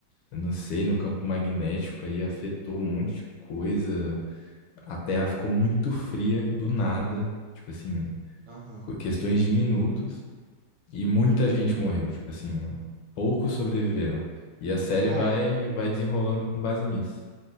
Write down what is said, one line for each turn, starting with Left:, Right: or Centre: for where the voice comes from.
Left: Eu não sei, no campo magnético aí afetou um monte de coisa. A Terra ficou muito fria do nada, tipo assim,
Right: aham,
Left: co- questões de minutos e muita gente morreu, tipo assim, poucos sobreviveram. E a série
Right: Ah,
Left: vai
Right: é,
Left: vai desenrolando com base nisso.